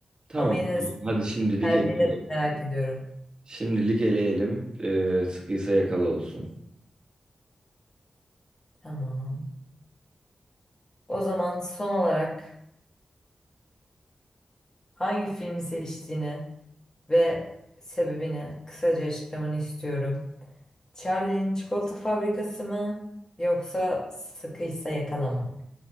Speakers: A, on the right (about 45°); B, on the left (about 30°).
A: Tamam.
B: Ama yine
A: tamam.
B: de senin
A: Hadi şimdilik
B: tercihini
A: eleyelim.
B: de merak ediyorum.
A: Şimdilik eleyelim. Ee, sıkıysa yakalı olsun.
B: Tamam. O zaman son olarak hangi filmi seçtiğini ve sebebini kısaca açıklamanı istiyorum. Charlie'nin Çikolata Fabrikası mı yoksa Sıkıysa Yakala mı?